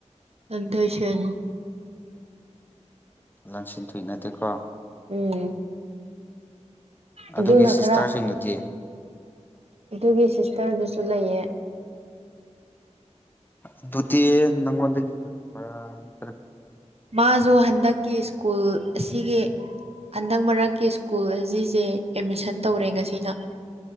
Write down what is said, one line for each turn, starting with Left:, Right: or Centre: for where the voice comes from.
Right: ꯑꯗꯁꯟ
Left: ꯂꯪꯁꯤꯟ ꯊꯨꯏ ꯅꯠꯇꯦꯀꯣ
Right: ꯎꯝ ꯑꯗꯨꯅ
Left: ꯑꯗꯨꯒꯤ ꯁꯤꯁꯇꯔꯁꯤꯡꯗꯨꯗꯤ
Right: ꯈꯔ ꯑꯗꯨꯒꯤ ꯁꯤꯁꯇꯔꯗꯨꯁꯨ ꯂꯩꯌꯦ
Left: ꯑꯗꯨꯇꯤ ꯅꯪꯉꯣꯟꯗꯒꯤ ꯍꯪꯕ꯭ꯔꯥ
Right: ꯃꯥꯁꯨ ꯍꯟꯗꯛꯀꯤ ꯁ꯭ꯀꯨꯜ ꯑꯁꯤꯒꯤ ꯍꯟꯗꯛ ꯃꯔꯛꯀꯤ ꯁ꯭ꯀꯨꯜ ꯑꯁꯤꯁꯦ ꯑꯦꯠꯃꯤꯁꯟ ꯇꯧꯔꯦ ꯉꯁꯤꯅ